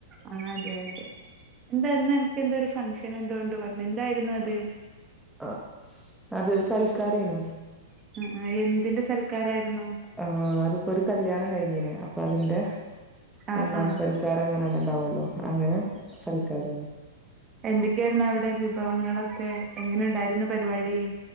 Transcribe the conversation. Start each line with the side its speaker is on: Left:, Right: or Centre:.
Right: ആഹ് അതെ അതെ ഇന്ന് ഇന്ന അൻക്എന്തോ ഒരു ഫംഗ്ഷൻഎന്തോണ്ട്പറഞ്ഞ് എന്തായിരുന്നു അത്
Centre: ഓഹ് അത് സൽക്കാരേന്നു
Right: ഉം ആഹ് എന്തിൻ്റെ സൽക്കാരായിരുന്നു
Centre: ആഹ് അത് ഇപ്പോ ഒര് കല്ല്യാണം കയിഞ്ഞേന് അപ്പൊ അതിന്റെ
Right: ആ
Centre: ഒന്നാം
Right: ആ
Centre: സൽക്കാരം പറഞ്ഞു ഉ ണ്ടാവല്ലോ അങ്ങനെ സൽക്കാരാണ്
Right: എന്തൊക്കെയ്യാര്ന്ന് അവിടെ വിഭവങ്ങളൊക്കെ എങ്ങനെ ഉ ണ്ടായിരുന്നു പരിപാടി